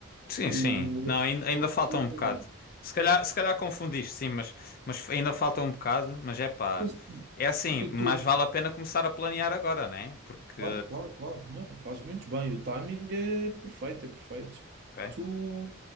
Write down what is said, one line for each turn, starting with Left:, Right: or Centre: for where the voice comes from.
Left: Sim,
Right: Eh,
Left: sim.
Right: eu
Left: Não, ainda, ainda
Right: pensava
Left: falta
Right: que seria
Left: um bocado.
Right: agora.
Left: Se calhar, se calhar confundiste, sim, mas, mas ainda falta um bocado. Mas é pá,
Right: Sim, sim.
Left: é assim,
Right: O que
Left: mas
Right: é que tu.
Left: vale a pena começar a planear agora, né? Porque,
Right: Claro, claro, claro. Não, fazes muito bem. O timing é perfeito, é perfeito.
Left: ok?
Right: Tu.